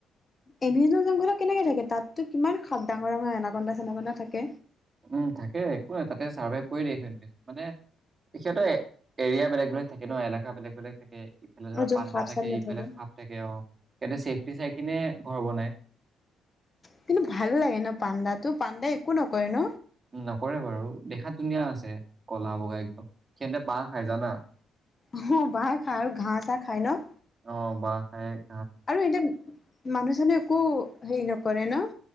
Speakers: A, on the left; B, on the right.
A: এমজনজংঘলত কেনেকে থাকে তাততো কিমান খাত ডাঙৰ -ডাঙৰ এনাকণ্ডা সেনাকণ্ডা থাকে।
B: উম', থাকে একো নাই তাতে চাৰ্ভাইভ কৰি দিয় সিহঁত মানে সিহঁতে এৰিয়া বেলেগ -বেলেগ থাকে ন এলেকা বেলেগ- বেলেগ থাকে। ইফালে
A: আৰু য'ত
B: পনাণ্ডা
A: সাপ
B: থাকে
A: চাপ নাথাকে
B: ইফালে খাপ থাকে অঁহ এতে চেফটি চাই কিনে ঘৰ বনাই
A: কিন্তু ভাল লাগে ন পাণ্ডাতো পাণ্ডা একো নকয় ন
B: নকৰে বাৰু দেখাত ধুনীয়া আছে ক'লা বগা একদম সেতে বাঁহ খাই জানা
A: অঁ বাঁহে খাই আৰু ঘাঁ চাহ খাই ন
B: অঁ বাঁহ খায়
A: আৰু এতিয়া মানুহজনে একো হেৰি নকৰে ন